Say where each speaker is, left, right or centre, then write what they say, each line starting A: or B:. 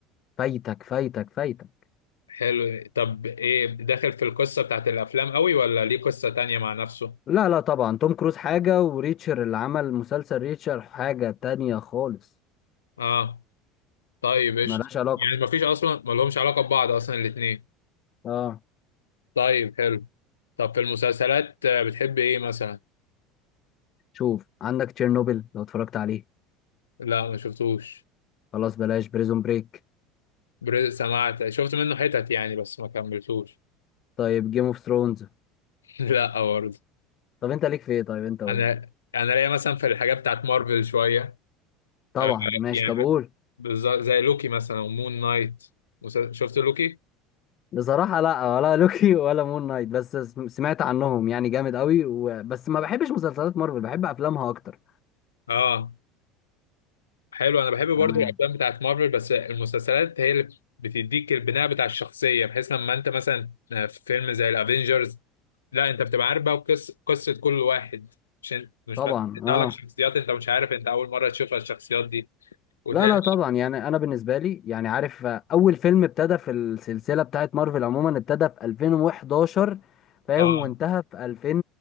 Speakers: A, on the left; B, on the left.
A: فايتك فايتك فايتك
B: حلو طب ايه داخل في القصه بتاعت الافلام قوي ولا ليه قصه تانية مع نفسه
A: لا لا طبعا توم كروز حاجة وريتشر اللي عمل مسلسل ريتشر حاجة تانية خالص
B: اه طيب قشطة
A: ملهاش علاقة
B: يعني مفيش أصلا ملهمش علاقة ببعض أصلا الاتنين
A: اه
B: طيب حلو طب في المسلسلات آه، بتحب إيه مثلا؟
A: شوف عندك تشيرنوبل لو اتفرجت عليه
B: لا ما شفتوش
A: خلاص بلاش بريزون بريك
B: بريز سمعت شفت منه حتت يعني بس ما كملتوش
A: طيب جيم اوف ثرونز
B: <laughs> لا برضه
A: طب انت ليك في ايه طيب انت قول
B: أنا
A: لي
B: أنا ليا مثلا في الحاجات بتاعت مارفل شوية
A: طبعا
B: آه،
A: ماشي
B: يعني
A: طب
B: في-
A: قول
B: بالظ- زي لوكي مثلا ومون نايت مسل- شفت لوكي؟
A: بصراحة لا ولا لوكي ولا مون نايت بس سم- سمعت عنهم يعني جامد قوي و... بس ما بحبش مسلسلات مارفل بحب افلامها اكتر
B: آه حلو أنا بحب برضه
A: تمام
B: الأفلام بتاعت مارفل بس المسلسلات هي اللي بتديك البناء بتاع الشخصية بحيث لما أنت مثلا آه، في فيلم زي الأفينجرز لا انت بتبقى عارف بقى قصه قصه كل واحد مش مش
A: طبعا
B: بتطلع
A: اه
B: لك شخصيات انت مش عارف انت اول مره تشوفها الشخصيات دي وتلاقي
A: لا لا طبعا يعني انا بالنسبه لي يعني عارف آه، اول فيلم ابتدى في السلسله بتاعت مارفل عموما ابتدى في 2011 فاهم
B: اه
A: وانتهى في 2000